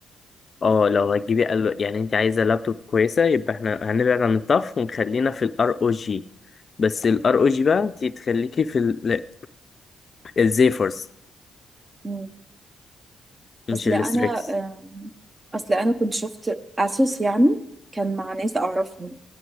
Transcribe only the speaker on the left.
اه لو هتجيبي قال يعني انت عايزه لابتوب كويسه يبقى احنا هنبعد عن الطف ونخلينا في الار او جي بس الار او جي بقى انت تخليكي في ال... الزيفورس
مش
الستريكس